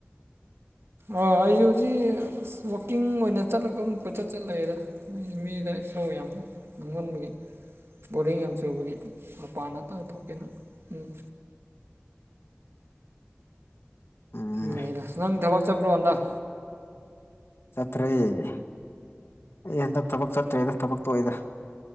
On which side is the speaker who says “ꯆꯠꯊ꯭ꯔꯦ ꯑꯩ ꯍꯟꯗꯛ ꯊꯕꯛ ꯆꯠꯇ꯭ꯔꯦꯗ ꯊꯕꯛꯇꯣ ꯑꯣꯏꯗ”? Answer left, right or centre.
Left